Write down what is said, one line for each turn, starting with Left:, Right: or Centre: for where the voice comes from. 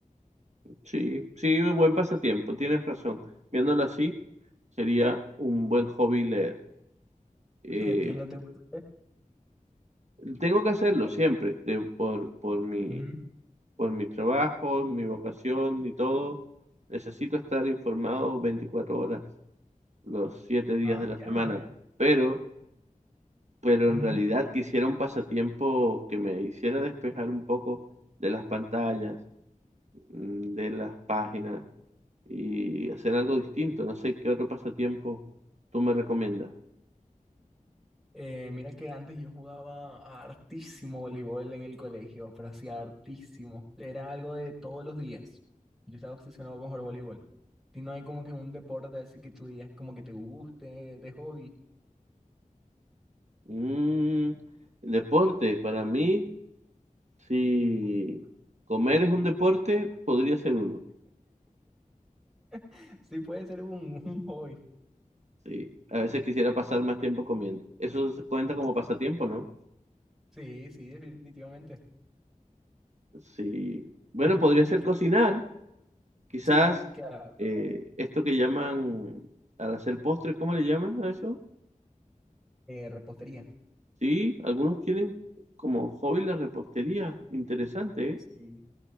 Right: Sí, sí, buen pasatiempo, tienes razón. Viéndolo así, sería un buen hobby leer. Eh,
Centre: <laughs> ¿Y a ti no te gusta?
Right: tengo que hacerlo siempre, de- por, por mi,
Centre: Ujú.
Right: por mi trabajo, mi vocación y todo. Necesito estar informado 24 horas, los 7 días
Centre: Ah,
Right: de la semana.
Centre: ya.
Right: Pero, pero
Centre: Ujú.
Right: en realidad quisiera un pasatiempo que me hiciera despejar un poco de las pantallas, mm, de las páginas y hacer algo distinto. No sé qué otro pasatiempo tú me recomiendas.
Centre: Eh, mira que antes yo jugaba hartísimo voleibol en el colegio, pero hacía hartísimo. Era algo de todos los días. Yo estaba obsesionado con jugar voleibol. ¿Y no hay como que un deporte así que tú digas como que te guste de hobby?
Right: Mm, deporte, para mí, si comer es un deporte, podría ser uno.
Centre: <laughs> Sí, puede ser un, <laughs> un hobby.
Right: Sí. A veces quisiera pasar más tiempo comiendo. Eso se cuenta como pasatiempo, ¿no?
Centre: Sí, sí, definitivamente. <laughs>
Right: Sí. Bueno,
Centre: Y,
Right: podría
Centre: y que,
Right: ser
Centre: que-
Right: cocinar. Quizás
Centre: sí, claro,
Right: eh, esto que llaman al hacer postre, ¿cómo le llaman a eso?
Centre: eh, repostería.
Right: Sí, algunos tienen como hobby la repostería. Interesante, ¿eh?
Centre: Sí.